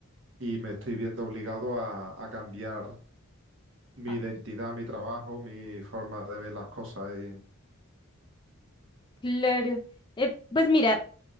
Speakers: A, on the right; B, on the left.
A: y me estoy viendo obligado a, a cambiar mi
B: Ah.
A: identidad, mi trabajo, mi forma de ver las cosas. Y
B: Claro. Eh, pues mira,